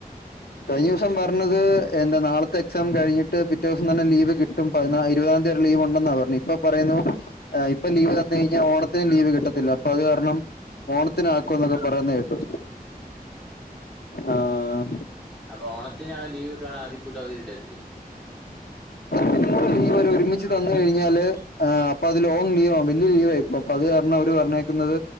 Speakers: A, on the left (about 85°); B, in the centre.
A: കഴിഞ്ഞ ദിവസം പറഞ്ഞത് എന്താ നാളത്തെ എക്സാം കഴിഞ്ഞിട്ട് പിറ്റേ ദിവസം തന്നെ ലീവ് കിട്ടും. പതിന ഇരുപതാം തിയതി ലീവ് ഉണ്ടെന്നാ പറഞ്ഞത് ഇപ്പോ പറയുന്നു. ഇപ്പൊ ലീവ് തന്ന് കഴിഞ്ഞാൽ ഓണത്തിന് ലീവ് കിട്ടത്തില്ല. അപ്പൊ അത് കാരണം ഓണ ത്തിന് ആക്കും. എന്നൊക്കെ പറയുന്നു കേട്ടു ആഹ്
B: അപ്പൊ ഓണത്തിന് അവൻ ലീവ് കിട്ടുവാന്നെ അതിക്കൂടുതൽ അവധി കിട്ടത്തില്ലേ
A: പിന്നവ ഒരുമിച്ച് തന്ന് കഴിഞ്ഞാല് ആഹ് അപ്പൊ അത് ലോങ് ലീവ് ആവും വലിയ ലീവായിപ്പോവും അപ്പൊ അത് കാരണം അവര് പറഞ്ഞേക്കുന്നത്